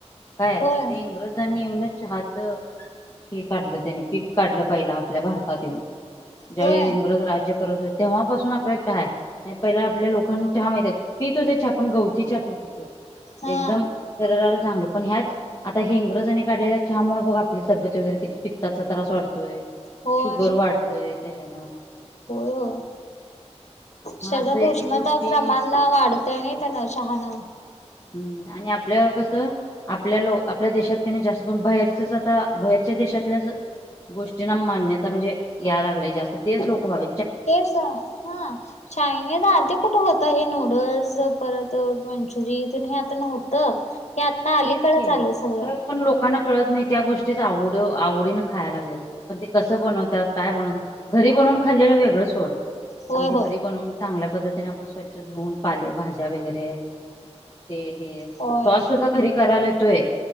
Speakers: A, on the left; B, on the left.
A: काय
B: होय
A: ते इंग्रजांनी येऊनच चहाच हे काढलं त्याने पीक काढलं पाहिलं आप आपल्या भारतात येऊन ज्यावेळी
B: होय
A: इंग्रज राज्य करत होते तेव्हापासून आपल्या क चहा आहे. पहिला आपल्या लोकांना चहा माहित पीत होते चहा पण गवती चहा पीत होते
B: हा
A: एकदम शरीराला चांगलं पण ह्याच आता हे इंग्रजानी काढलेल्या चहामुळे बघा आपली तब्येत वगैरे किती पित्ताचा त्रास वाढतोय
B: होय
A: शुगर वाढतय त्याच्यानं.
B: होय होय
A: मग
B: शरीरात
A: असं एक
B: उष्णता
A: एक गोष्टी
B: प्रमाण वाढतय नाही त्यान चहान.
A: हम्म आणि आपलं कसं आपल्या लोक आपल्या देशात क जास्त करून बाहेरचच आता बाहेर देशातल्या गोष्टीना मान्यता म्हणजे या लागले जास्त तेच लोक व्हाव.
B: तेच हा चायनीज आधी कुठे होत हे नूडल्स परत मंचुरी हे आता नव्हतं हे आता आलीकडेच
A: तेच की
B: आलेय सगळं
A: खरं पण लोकांना नाही त्या गोष्टीवड आवडी खायला लागत पण तें बनवतात काय बनवतात घरी ब खाल्लेलं
B: होय
A: म्हणजे घरी
B: होय.
A: बनून चांगल्या पद्धतीने आपण स्वच्छ धुन पाले भाज्या वगैरे ते हे
B: होय
A: सॉस. सुद्धा घरी करायला येतोय